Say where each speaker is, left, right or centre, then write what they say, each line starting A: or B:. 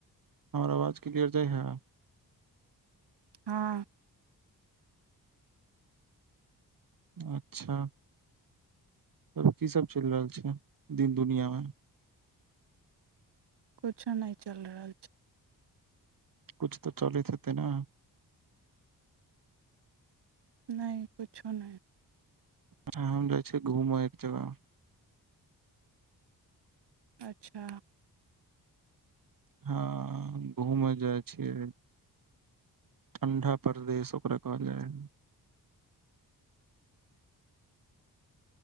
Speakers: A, on the right; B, on the right.
A: हमर आवाज कलियरजइ हय
B: हँ
A: अच्छा तब कीसभ चलि रहल छै दिन दुनिआँमे
B: किछो नहि चलि रहल छै
A: किछु तऽ चलैत हेतै ने
B: नहि किछो नहि
A: हम जाइ छीियै घूमय एक जगह
B: अच्छा
A: हँ घूमय जाइ छियै ठण्ढा परदेश ओकरा कहल जाइ हइ